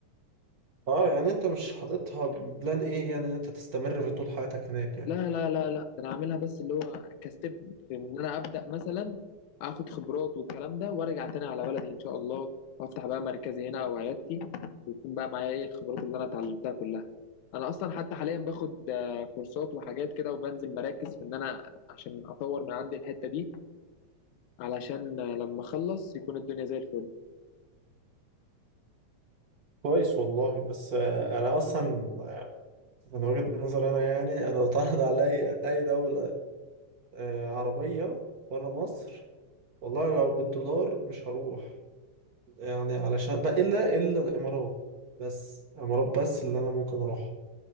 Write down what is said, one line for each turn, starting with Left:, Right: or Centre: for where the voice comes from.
Right: اه يعني انت مش حاططها بلان ايه يعني إن انت تستمر في طول حياتك هناك يعني
Left: لا لا لا لا ده انا عاملها بس اللي هو كستيب في ان انا ابدا مثلا اخد خبرات والكلام ده وارجع تاني على بلدي ان شاء الله وافتح بقى مركزي هنا او عيادتي ويكون بقى معايا ايه الخبرات اللي انا اتعلمتها كلها انا اصلا حتى حاليا باخد آه، كورسات وحاجات كده وبنزل مراكز في ان انا عشان اطور من عندي الحتة دي علشان آه، لما اخلص يكون الدنيا زي الفل
Right: كويس والله بس آه، انا اصلا من وجهة نظر انا يعني انا لو اتعرض عليا اي دولة آه، عربية بره مصر والله لو بالدولار مش هروح يعني علشان بقى الا الا الامارات بس الامارات بس اللي انا ممكن اروحها